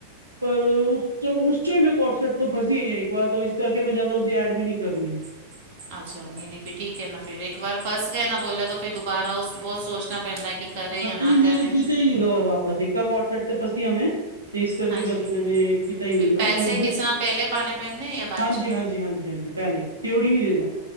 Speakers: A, on the right (about 80°); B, on the right (about 45°).
A: ਪਰ ਉਸ ਚੋਂ, ਉਸ ਚੋਂ ਹੀ ਮੈਂ ਕੋਟਸੈਟ ਤੋਂ ਫਸੀ ਹੋਈ ਆ, ਇੱਕ ਵਾਰ ਇਸ ਕਰਕੇ ਮੈਂ ਜ਼ਿਆਦਾ ਉਸਦੀ ਐਡ ਵੀ ਨੀ ਕਰਦੀ।
B: <unintelligible> ਅੱਛਾ, ਨਈ-ਨਈ, ਫੇਰ ਠੀਕ ਹੈ ਨਾ ਫੇਰ ਇੱਕ ਵਾਰ ਫਸ ਗਏ ਨਾ ਬੋਲਿਆ, ਤਾਂ ਫੇਰ ਦੁਬਾਰਾ ਓ ਬੋਤ ਸੋਚਣਾ ਪੈਂਦਾ। ਕਰੇ
A: ਨਈ-ਨਈ,
B: ਜਾਂ ਨਾ
A: ਮੈਨੂੰ
B: ਕਰੇ
A: ਕੀਤਾ ਈ ਨੀ ਮੈ ਵਾਪਸ, ਇੱਕ ਕੋਟ ਸੈਟ ਤੇ ਫਸੀ ਐਵੇਂ। ਤੇ ਇਸ ਕਰਕੇ
B: ਹਾਂਜੀ
A: ਬਸ ਮੈਂ ਨੇ ਕੀਤਾ ਈ
B: ਫਿਰ
A: ਨੀਗਾ,
B: ਪੈਸੇ
A: ਮੈਂ
B: ਕਿਸੇ ਨਾਲ ਪਹਿਲੇ ਪਾਣੇ ਪੈਂਦੇ ਜਾਂ ਬਾਅਦ
A: ਹਾਂਜੀ,
B: ਚੋਂ
A: ਹਾਂਜੀ, ਹਾਂਜੀ, ਹਾਂਜੀ। ਪੈਲੇ ਸੀਓਡੀ ਨੀ ਦਿੰਦਾ।